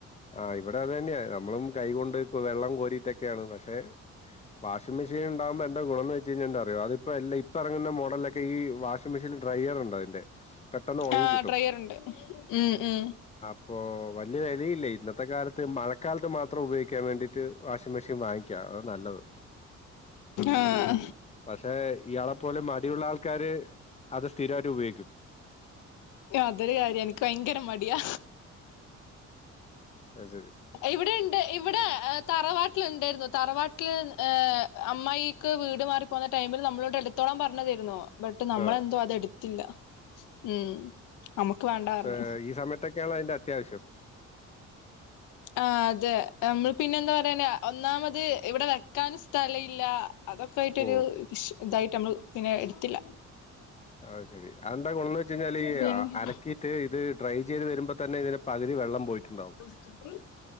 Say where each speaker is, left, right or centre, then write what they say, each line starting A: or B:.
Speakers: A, on the left; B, on the left.
A: ആ ഇവിടെ അത് തന്നെയാ. നമ്മളും കൈകൊണ്ട് വെള്ളം കോരിട്ടൊക്കെയാണ്. പക്ഷെ വാഷിങ്ങ് മെഷൻ ഉണ്ടാകുമ്പോ എന്താ ഗുണംന്ന്‌ വെ ചാലെന്താന്നറിയോ അതി ഇപ്പ എല്ല ഇപ്പ ഇറങ്ങുന്ന മോഡലൊക്കെ, ഈ വാഷിംഗ് മെഷീൻ ഡ്രയർ ഉണ്ട് അതിന്റെ. പെട്ടെന്ന് ഉണങ്ങി
B: ആ
A: കിട്ടും
B: ട്രയർ ഉണ്ട് ഉം ഉം.
A: ഇപ്പൊ വല്യ വിലയില്ലേ. ഇന്നത്തെ കാലത്ത് മഴക്കാലത്ത് മാത്രം ഉപയോഗിക്കാൻ വേണ്ടിയിട്ട്, വാഷിംഗ് മെഷീൻ വാങ്ങിക്ക അതാണ് നല്ലത്.
B: ആഹ.
A: പക്ഷെ ഇയാളെപ്പോല മടിയുള്ള ആൾക്കാര് അത് സ്ഥിരായിട്ട് ഉപയോഗിക്കും.
B: അതൊരു കാര്യാണ് എക്ക് ഭയങ്കര മടിയാ.
A: അത് ശരി.
B: ഇവിടെ ഇണ്ട്. ഇവിടെ തറവാട്ടിലുണ്ടെരുന്നു തറവാട്ടില് ഏഹ് അമ്മായി ക്ക് വീട് മാറി പോകുന്ന ടൈമിൽ നമ്മളോടെടുത്തോളാം പറഞ്ഞു തേര്ന്നു. ബട്ട് നമ്മളെന്തോ
A: ആ
B: അത എടുത്തില്ല. ഉം. നമുക്ക് വേണ്ട
A: ക്ഷേ
B: പറഞ്ഞ്
A: ഈ സമയത്തൊക്കെയാണ് അതിന്റെ അത്യാവശ്യം.
B: ആ അതെ നമ്മള് പിന്നെ എന്താ പറയാന്ന ഒന്നാമത് ഇവിടെ വെക്കാന് സ്ഥല ഇല്ല. അതൊക്കെ ആയിട്ടൊരു
A: ഓ
B: ഷ ഇതായിട്ട് നമ്മള് പിന്നെ എടുത്തില്ല.
A: അ ശരി. അതെന്താ ഗുണംന്ന് വെച്ച കഴിഞാല്,
B: പിൻ
A: അലക്കിയിട്ട് ഇത് ഡ്രൈ ചെയ്ത് വരുമ്പോ തന്നെ ഇതിന പകുതി വെള്ളം പോയിട്ടുണ്ടാവും.
B: <unintelligible>